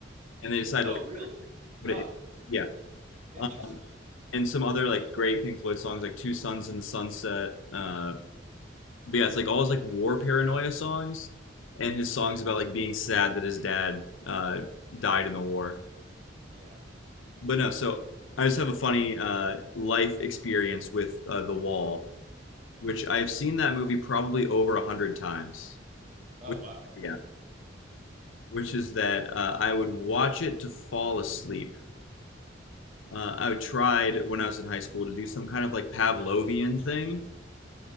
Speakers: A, on the left; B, on the right.
A: and they decided
B: Oh
A: to like
B: really?
A: put
B: Huh.
A: it in. Yeah,
B: Interesting.
A: uh, and some other like great Pink Floyd songs like Two Suns in the Sunset, uh, But yeah, it's like all his like war paranoia songs and his songs about like being sad that his dad uh died in the war.
B: Yeah.
A: But no, so I just have a funny uh life experience with uh, The Wall, which I've seen that movie probably over a hundred times.
B: Oh
A: Which,
B: wow. Okay.
A: yeah, which is that uh, I would watch it to fall asleep. Uh, I tried when I was in high school to do some kind of like Pavlovian thing